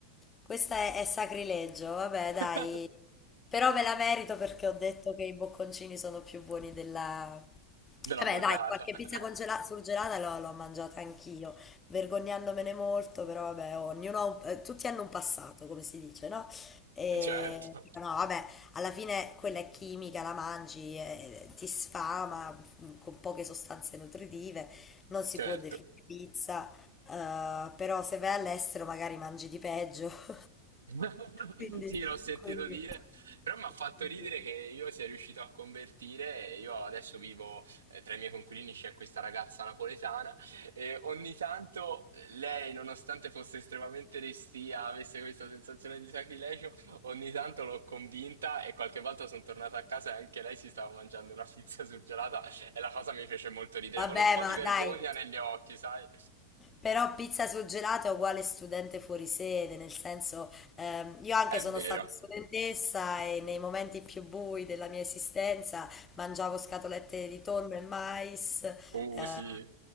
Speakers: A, on the left (about 20°); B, on the right (about 70°).
A: questa è, è sacrilegio, vabbè, dai.
B: <laughs>
A: Però me la merito perché ho detto che i bocconcini sono più buoni della,
B: Della
A: Vabbè,
B: burrata.
A: dai, qualche
B: <laughs>
A: pizza congela- surgelata l'ho l'ho mangiata anch'io, vergognandomene molto, però vabbè, ognuno ha un- eh, tutti hanno un passato, come si dice, no? E,
B: Certo,
A: no, vabbè, alla fine quella è chimica, la mangi, eh, ti sfama, mh, con poche sostanze nutritive, non si
B: certo.
A: può definire pizza, eh, però se vai all'estero magari mangi di peggio. <laughs>
B: <laughs>
A: Quindi,
B: Sì, l'ho sentito
A: quindi,
B: dire, però mi ha fatto
A: quindi
B: ridere che io sia riuscito a convertire. e Io adesso vivo eh, tra i miei coinquilini, c'è questa ragazza napoletana e ogni tanto lei, nonostante fosse estremamente restia, avesse questa sensazione di sacrilegio, ogni tanto l'ho convinta e qualche volta sono tornata a casa e anche lei si stava mangiando una pizza surgelata e la cosa mi fece molto ridere,
A: Vabbè,
B: con un po'
A: ma
B: di vergogna
A: dai,
B: negli occhi, sai?
A: però pizza sul gelato è uguale studente fuori sede, nel senso, ehm, io anche
B: È
A: sono
B: vero.
A: stata studentessa e nei momenti più bui della mia esistenza mangiavo scatolette di tonno e mais, eh,
B: Uh, sì.